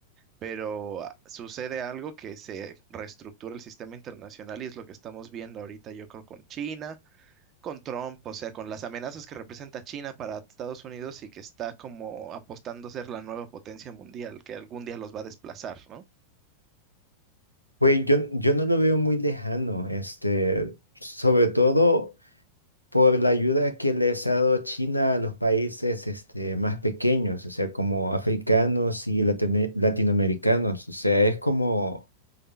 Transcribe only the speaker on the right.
pero ah, sucede algo que se reestructura el sistema internacional y es lo que estamos viendo ahorita, yo creo, con China, con Trump, o sea, con las amenazas que representa China para Estados Unidos y que está como apostando a ser la nueva potencia mundial, que algún día los va a desplazar, ¿no?